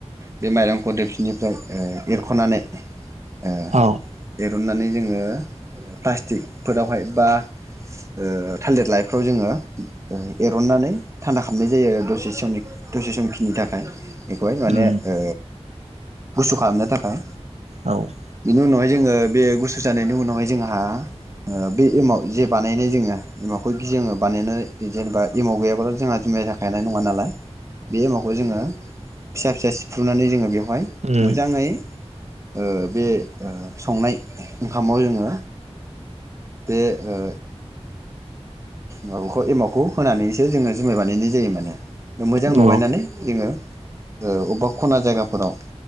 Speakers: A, on the right; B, on the right.
A: बे माइरंखौ दोफसिनिफ्राय ओ एर खखनानै ओ
B: औ
A: एरननानै जोङो प्लास्टिखफोरावहाय बा ओ थालिर लाइ फाव जोङो एरननानै थान्दा खामनाय जायो आरो दसे समनि दसे समखिनि थाख <unintelligible> खौहाय माने
B: उम औ उम
A: ओ गुसु खालामनो थाखाय
B: औ
A: बिनि उनावहाय जोङो बे गुसु जानायनि उनावहाय जोंहा ओ बे एमाव जे बानायनाय जोङो एमावखगि जोङो बानायनाय जेनेबा एमाव गैयाथ जोंहा जुमाया जाखानाय नङा नालाय बे एमावखौ जोङो फिसा फिसा सिफ्रुनानै जोङो बेयाव हाय
B: उम उम औ
A: मोजांयै ओ बे ओ संनाय ओंखामाव जोङो बे ओ माबाखौ एमावखौ होनानैसो जोङो जुमाय बानायनाय जायो माने मोजां
B: औ
A: लगायनानै जोङो ओ अबेबा खना जायगाफोराव